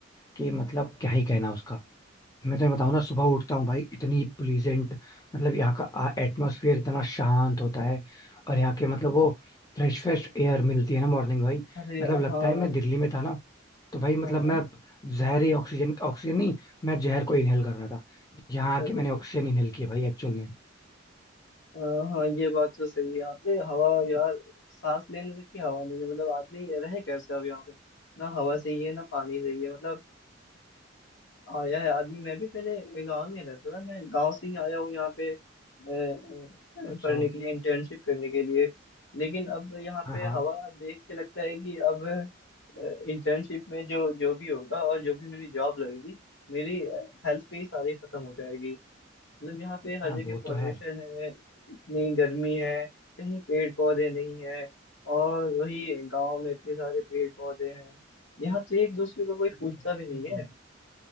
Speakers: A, on the left; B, on the left.
A: कि मतलब क्या ही कहना उसका मैं तुम्हें बताऊँ ना सुबह उठता हूँ भाई इतनी प्लीजेंट मतलब यहाँ का एटमोसफियर इतना शांत होता है और यहाँ के मतलब वो फ्रेश फ्रेश एयर मिलती है ना मॉर्निंग भाई
B: अरे
A: मतलब लगता
B: हाँ
A: है मैं दिल्ली में था ना तो भाई मतलब
B: हाँ
A: मैं जहरी ऑक्सीजन ऑक्सीजन नहीं मैं जहर को इनहेल कर रहा था यहाँ
B: अरे
A: आके मैंने ऑक्सीजन इनहेल किया भाई एक्चुअल में
B: हाँ हाँ ये बात तो सही है आपने हवा यार सांस लेने तक की हवा नहीं है मतलब आदमी रहे कैसे अब यहाँ पे ना हवा सही है ना पानी सही है मतलब आया है आदमी मैं भी पहले गांव में रहता था मैं गांव से ही आया हूँ यहाँ पे अ, अ,
A: अच्छा
B: पढ़ने के लिए इंटर्नशिप करने के लिए लेकिन अब यहाँ
A: हाँ
B: पे
A: हाँ
B: हवा देख के लगता है कि अब इंटर्नशिप में जो जो भी होगा और जो भी मेरी जॉब लगेगी मेरी हेल्थ पे ही सारी खत्म हो जाएगी मतलब यहाँ पे हर
A: हाँ
B: जगह
A: वो
B: पॉल्यूशन
A: तो है
B: है इतनी गर्मी है कहीं पेड़ पौधे नहीं है और वही गांव में इतने सारे पेड़ पौधे हैं यहाँ पे एक दूसरे को कोई
A: Exactly
B: पूछता भी नहीं
A: exactly.
B: है